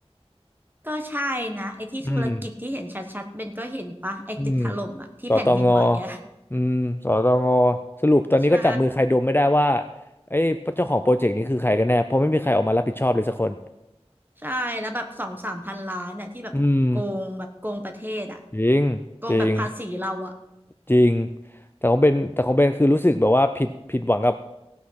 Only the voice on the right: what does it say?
ก็ใช่นะไอ้ที่ธุรกิจที่เห็นชัดๆเบนก็เห็นปะไอ้ตึกถล่มอะที่แผ่นดินไหวอะ
ใช่
ใช่แล้วแบบสองสามพันล้านน่ะที่แบบโกงแบบโกงประเทศอ่ะ
โกงแบบภาษีเราอ่ะ